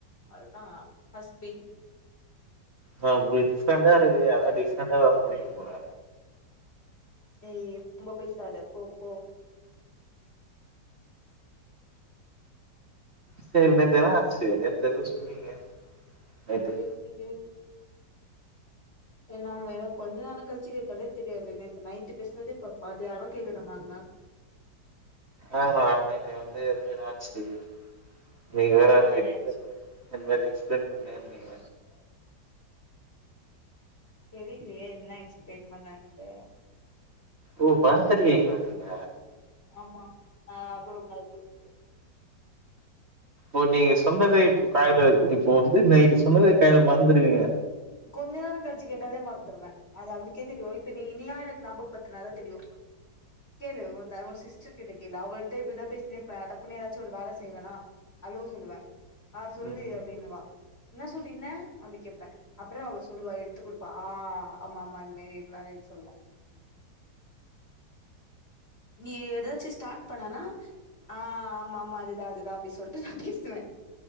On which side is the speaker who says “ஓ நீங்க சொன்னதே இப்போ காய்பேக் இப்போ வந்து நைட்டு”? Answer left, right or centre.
Right